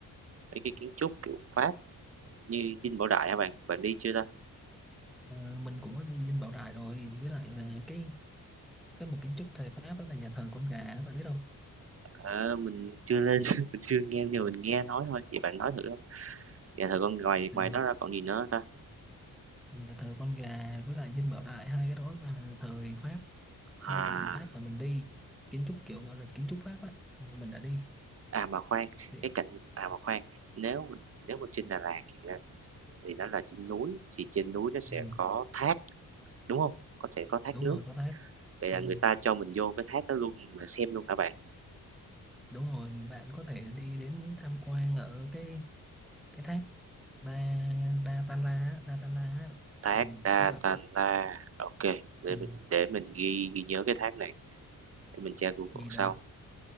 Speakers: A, on the right; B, in the centre.
A: mấy cái kiến trúc kiểu Pháp như Dinh Bảo Đại hả bạn? Bạn đi chưa ta?
B: ờ, mình cũng có đi Dinh Bảo Đại rồi với lại là cái cái một kiến trúc thời Pháp đó là nhà thờ con gà bạn biết không
A: À, mình chưa lên, <laughs> mình chưa nghe nhưng mà mình nghe nói thôi, vậy bạn nói thử Dạ thật không ngoài
B: Ừ,
A: ngoài đó ra còn gì nữa hông ta?
B: nhà thờ con gà với lại Dinh Bảo Đại hai cái đó là thời Pháp xây
A: À,
B: từ thời Pháp mà mình đi kiến trúc kiểu gọi là kiến trúc Pháp á mình đã đi
A: à, mà khoan,
B: thì,
A: cái cạnh à, mà khoan, nếu nếu mà trên Đà Lạt thì, à, thì nó là trên núi, thì trên núi nó sẽ
B: ừ,
A: có thác, đúng không Có sẽ có thác
B: đúng
A: nước,
B: rồi có thác
A: vậy
B: ừ,
A: là người ta cho mình vô cái thác đó luôn mình xem luôn hả bạn?
B: đúng rồi bạn có thể đi đến tham quan ở cái cái thác Đa Đa Tan La á, Đa Tan La á.
A: Thác
B: thì
A: Datanla,
B: có đợt
A: la ok để
B: Ừ.
A: mình để mình ghi ghi nhớ cái thác này, để mình tra Google
B: Thì
A: sau.
B: đợt